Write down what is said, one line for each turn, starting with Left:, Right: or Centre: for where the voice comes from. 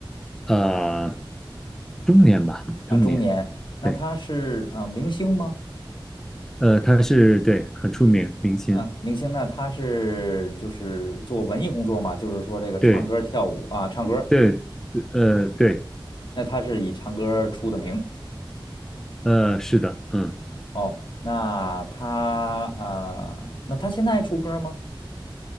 Centre: 呃，中年吧，
Left: 啊，
Centre: 中年。
Left: 中年。那他是啊、
Centre: 对。
Left: 呃明星吗？
Centre: 呃，他是对很出名明星，
Left: 啊，明星，那他是就是做文艺工作嘛？就是说这个唱歌、
Centre: 对
Left: 跳舞啊，唱歌。
Centre: 对，呃对
Left: 那他是以唱歌出的名
Centre: 呃是的，嗯
Left: 哦。那他啊、呃那他现在还出歌吗？